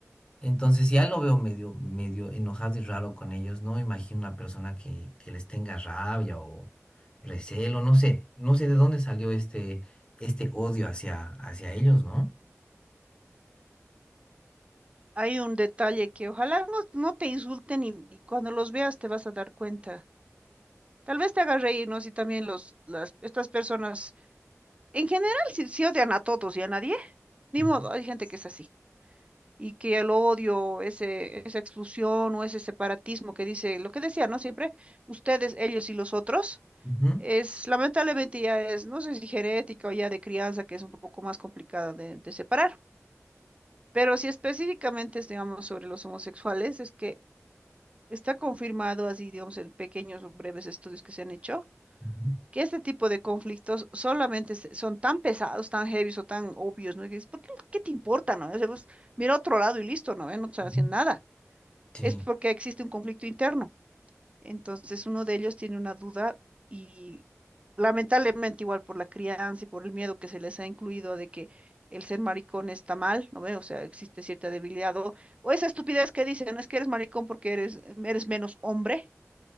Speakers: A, on the left; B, on the right.
A: Entonces ya lo veo medio, medio enojado y raro con ellos, no me imagino una persona que, que les tenga rabia o recelo, no sé, no sé de dónde salió este, este odio hacia, hacia ellos, ¿no?
B: Hay un detalle que ojalá no, no te insulten y, y cuando los veas te vas a dar cuenta. Tal vez te haga reír, ¿no? Si también los, las, estas personas, en general, si, si odian a todos y a nadie, ni
A: Ujú,
B: modo, hay gente que es así. y que el odio, ese, esa exclusión o ese separatismo que dice, lo que decía, ¿no? Siempre, ustedes, ellos y los otros,
A: ujú,
B: es lamentablemente ya es, no sé si genética o ya de crianza, que es un poco más complicada de, de separar. Pero si específicamente es, digamos, sobre los homosexuales, es que está confirmado así, digamos, en pequeños o breves estudios que se han hecho,
A: ujú,
B: que este tipo de conflictos solamente se- son tan pesados, tan heavies o tan obvios, ¿no? Y dices, ¿por qué, qué te importa, no? O sea, pues, mira a otro lado y listo, ¿no? Eh, No te están
A: ujú.
B: haciendo nada.
A: Sí.
B: es porque existe un conflicto interno. Entonces uno de ellos tiene una duda y lamentablemente igual por la crianza y por el miedo que se les ha incluido de que el ser maricón está mal, ¿no ve? O sea, existe cierta debilidad o, o esa estupidez que dicen, es que eres maricón porque eres, eres menos hombre.